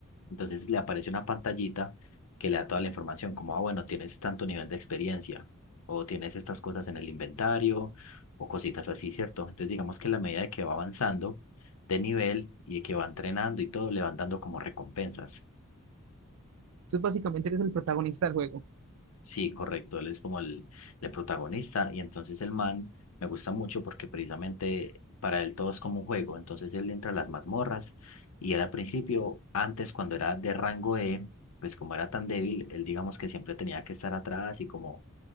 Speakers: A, on the left; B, on the right.
A: entonces le aparece una pantallita que le da toda la información, como, ah, bueno, tienes tanto nivel de experiencia o tienes estas cosas en el inventario o cositas así, ¿cierto? Entonces digamos que en la medida de que va avanzando de nivel y de que va entrenando y todo, le van dando como recompensas.
B: Entonces, básicamente, eres el protagonista del juego.
A: Sí, correcto, él es como el, el protagonista y entonces el man me gusta mucho porque precisamente para él todo es como un juego, entonces él entra a las mazmorras y él al principio, antes cuando era de rango E, pues como era tan débil, él digamos que siempre tenía que estar atrás y como,